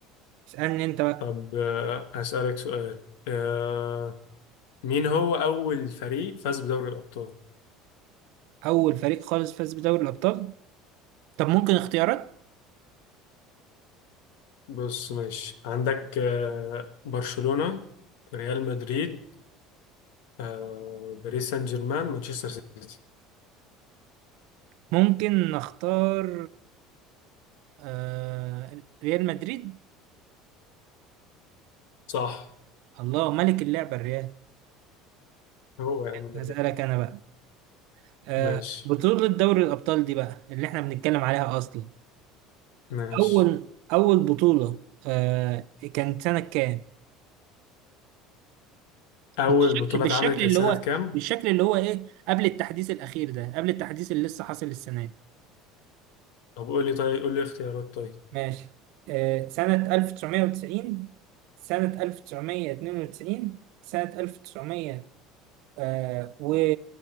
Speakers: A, on the right; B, on the left.
A: اسألني انت بقى
B: طب آه هسألك سؤال آه مين هو اول فريق فاز بدوري الابطال
A: اول فريق خالص فاز بدوري الابطال طب ممكن اختيارات
B: بص ماشي عندك آه برشلونة ريال مدريد آه باريس سان جيرمان مانشستر سيتي
A: ممكن نختار آه ريال مدريد
B: صح
A: الله ملك اللعبة الريال
B: هو يا عم
A: هسألك انا بقى آه
B: ماشي
A: بطولة دوري الابطال دي بقى اللي احنا بنتكلم عليها اصلا
B: ماشي
A: اول اول بطولة آه كانت سنة كام
B: أول
A: بالشكل
B: بطولة
A: بالشكل
B: اتعملت كانت
A: اللي
B: سنة
A: هو
B: كام؟
A: بالشكل اللي هو ايه قبل التحديث الاخير ده قبل التحديث اللي لسه حاصل السنة دي
B: طب قول لي طيب قول لي اختيارات طيب
A: ماشي آه، سنة 1990 سنة 1992 سنة 1900 آه، و